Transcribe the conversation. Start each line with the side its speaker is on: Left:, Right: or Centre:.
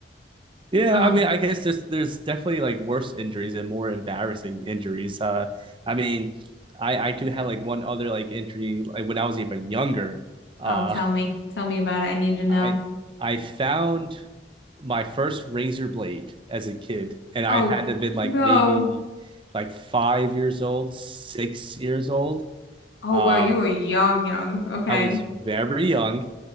Right: Yeah,
Left: Uh,
Right: I mean, I guess there's there's definitely like worse injuries and more embarrassing injuries. Uh, I mean, I I do have like one other like injury like when I was even younger. Uh,
Left: oh, tell me. Tell me about it. I need to know.
Right: I I found my first razor blade as a kid, and
Left: Oh,
Right: I had to have been like
Left: no.
Right: maybe like five years old, six years old.
Left: Oh,
Right: Uh,
Left: wow, you were young, young. Okay.
Right: I was very young,